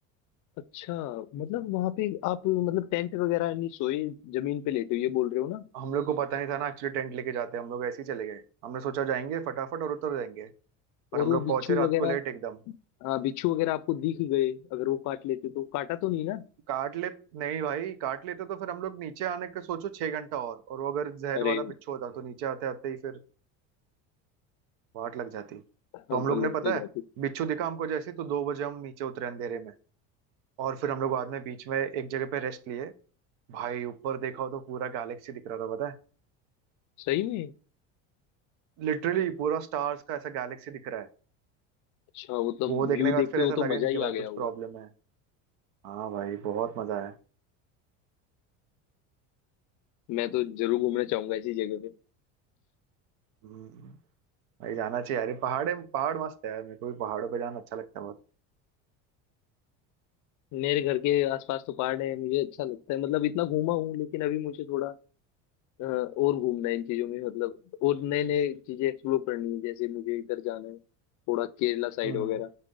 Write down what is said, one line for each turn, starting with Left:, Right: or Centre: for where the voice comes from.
Left: अच्छा मतलब वहां पे आप मतलब टेंट वगैरह नहीं सोए जमीन पे लेटे हो ये बोल रहे हो ना
Right: हम लोग को पता नहीं था ना एक्चुअली टेंट लेके जाते हैं, हम लोग ऐसे ही चले गए हमने सोचा जाएंगे फटाफट और उतर जाएंगे पर
Left: और
Right: हम
Left: वो
Right: लोग
Left: बिच्छू
Right: पहुंचे रात
Left: वगैरह
Right: को लेट एकदम
Left: हाँ बिच्छू वगैरह आपको दिख गए अगर वो काट लेते तो काटा तो नहीं ना
Right: काट ले नहीं भाई काट लेते तो फिर हम लोग नीचे आने के सोचो छह घंटा और और वो अगर जहर
Left: अरे
Right: वाला बिच्छू होता तो नीचे आते आते ही फिर वाट लग जाती
Left: हाँ
Right: तो
Left: वो
Right: हम लोग
Left: लग
Right: ने पता
Left: तो
Right: है
Left: जाती
Right: बिच्छू दिखा हमको जैसे ही, तो दो बजे हम नीचे उतरे अंधेरे में और फिर हम लोग बाद में बीच में एक जगह पे रेस्ट लिए भाई ऊपर देखा हो तो पूरा गैलेक्सी दिख रहा था पता है
Left: सही में
Right: लिटरली पूरा स्टार्स का ऐसा गैलेक्सी दिख रहा है
Left: अच्छा वो तो
Right: वो देखने
Left: व्यू
Right: के बाद
Left: देख
Right: फिर
Left: के वो
Right: ऐसा लगे
Left: तो मजा
Right: नहीं कि
Left: ही
Right: भाई
Left: आ गया
Right: कुछ
Left: होगा
Right: प्रॉब्लम है हाँ भाई बहुत मजा है
Left: मैं तो जरूर घूमना चाहूंगा ऐसी जगह पे
Right: हम्म, भाई जाना चाहिए यार ये पहाड़े पहाड़ मस्त है यार मेरे को भी पहाड़ों पे जाना अच्छा लगता है बहुत
Left: मेरे घर के आसपास तो पहाड़ है मुझे अच्छा लगता है मतलब इतना घूमा हूँ लेकिन अभी मुझे थोड़ा अ, और घूमना है इन चीजों में मतलब और नए नए चीजें एक्सप्लोर करनी है जैसे मुझे इधर जाना है थोड़ा केरला साइड
Right: हम्म
Left: वगैरह